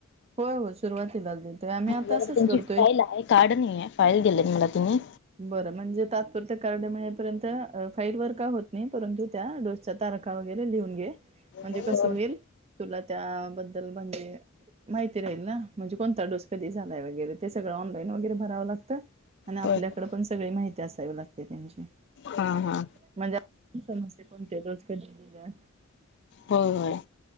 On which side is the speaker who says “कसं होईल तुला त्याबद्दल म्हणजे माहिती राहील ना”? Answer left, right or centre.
Right